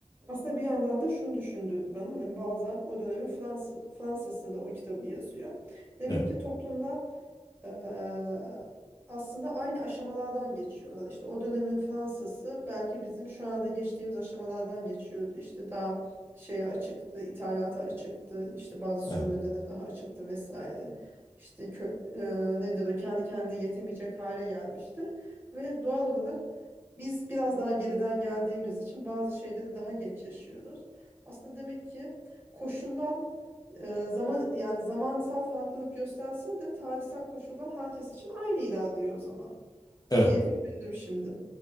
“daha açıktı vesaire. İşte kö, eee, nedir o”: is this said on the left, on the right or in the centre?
Right